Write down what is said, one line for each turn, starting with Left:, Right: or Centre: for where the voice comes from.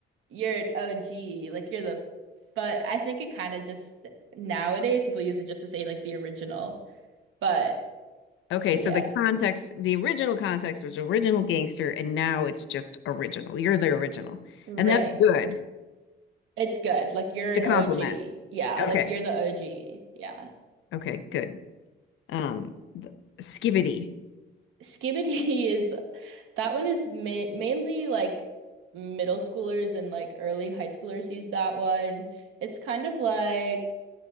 Right: you're an OG, like you're the but I think it kind of just nowadays people use it just to say like the original. But
Left: Okay,
Right: yeah,
Left: so the context, the original context was original gangster, and now it's just original. You're the original.
Right: right.
Left: And that's good.
Right: It's good. Like you're
Left: It's
Right: an
Left: a compliment.
Right: OG. Yeah,
Left: Okay.
Right: like you're the OG. Yeah.
Left: Okay, good. Um, th- skibbity.
Right: Skibbity <laughs> is That one is ma mainly like middle schoolers and like early high schoolers use that one. It's kind of like